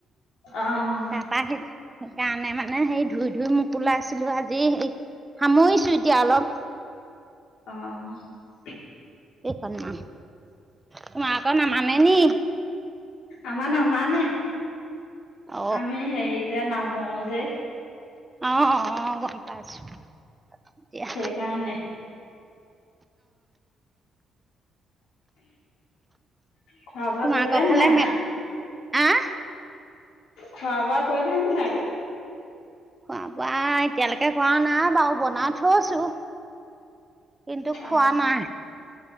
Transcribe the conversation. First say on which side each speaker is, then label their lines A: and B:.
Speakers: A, on the left; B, on the right.
A: অ'।
B: তাৰপা সেই সেইকাৰণে মানে সেই ধুই-ধুই মোক ওলাইছিলো আজি এই সামৰিছো এতিয়া অলপ।
A: অ'।
B: কেইখনমান তোমাৰ আকৌ নামানে নি?
A: আমাৰ নামানে।
B: অ
A: আমি হেৰি যে নামো যে
B: অ'-অ'-অ' গম পাইছো। এতিয়া
A: সেইকাৰণে খোৱা বোৱা
B: তোমালোকৰ
A: কৰিলে নে
B: ফালে
A: নাই?
B: মে, আহ?
A: খোৱা-বোৱা কৰিলিনে নাই?
B: খোৱা-বোৱা এতিয়ালৈকে কৰা নাই বাৰু। বনাই থৈছোঁ। কিন্তু খোৱা
A: অ
B: নাই।